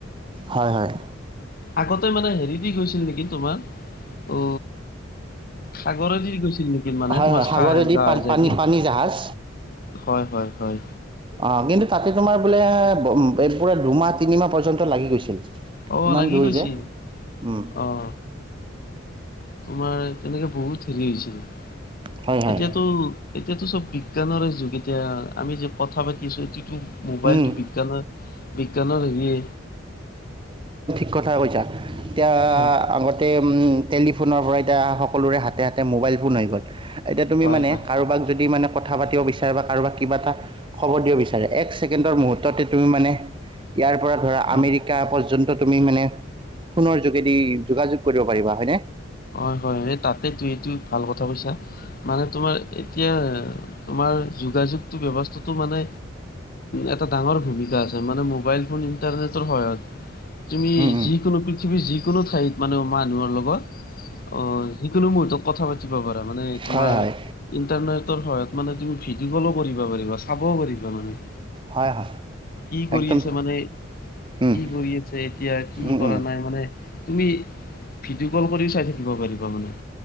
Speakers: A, on the right; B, on the left.
A: হয় হয়।
B: আগতে মানে হেৰি দি গৈছিল নেকি তোমাৰ, অ। সাগৰে দিৰি গৈছিল নেকি মানে
A: হয়
B: তোমাৰ
A: হয় সাগৰেদি
B: চাহ যা
A: পা
B: হৈ যায়
A: পানী
B: ন।
A: পানী জাহাজ
B: হয় হয়। হয়
A: অ কিন্তু তাতে তোমাৰ বোলে পুৰা দুমাহ তিনিমাহ পৰ্যন্ত লাগি গৈছিল।
B: আহ
A: ইমান
B: লাগি
A: দূৰ
B: গৈছিল,
A: যে উম,
B: আহ। তোমাৰ তেনেকে বহুত হেৰি হৈছিলে
A: হয় হয়
B: এতিয়াতো এতিয়াতো চব বিজ্ঞানৰ যুগ এতিয়া আমি যে কথা পাতি আছো এইটো মোবাইলটো
A: উম
B: বিজ্ঞানৰ বিজ্ঞানৰ হেৰিয়ে
A: ঠ কথা কছা এতিয়া
B: হয়
A: আগতে টেলিফোনৰ পৰা এতিয়া সকলোৰে হাতে হাতে মোবাইল ফোন হৈ গ'ল এতিয়া তুমি
B: হয়
A: মানে
B: হয়
A: কাৰোবাক যদি মানে কথা পাতিব বিচাৰে বা কাৰোব কিবা এটা খবৰ দিব বিচাৰে এক্স ছে মুহৰ্ত তুমি মানে ইয়াৰ পৰা ধৰা
B: হয়
A: আমেৰিকা পৰন্ত। তুমি মানে সোণৰ যোগেদি যোগাযোগ কৰিব পাৰিবা হয়নে
B: হয় হয় এই তাতেতো এইটো ভাল কথা কৈছা মানে তোমাৰ এতিয়া তোমাৰ যোগাযোগ ব্যৱস্থাটো মানে এটা ডাঙৰ ভূমিকা আছে মানে মোবাইল ফোন ইণ্টাৰনেট হত তুমি
A: উম উম
B: যিকোনো পৃথিৱীৰ যিকোনো ঠাইত মানে মানুহৰ লগত অ যোনো মুহুৰ্তত কথা পাতিব পাৰা মানে তোমাৰ
A: হয় হয়
B: ই সায়ত মানে তুমি ভিডিঅ' কলো কৰিব পাৰিবা চাবও পাৰিবা মানে।
A: হয় হয়
B: কি কৰি
A: একদম
B: আছে মানে
A: উম
B: কি কৰি আছে এতিয়া কি
A: উম
B: কৰা
A: উম
B: নাই মানে তুমি ভিডিঅ' কল কৰিও চাই থাকিব পাৰিবা মানে।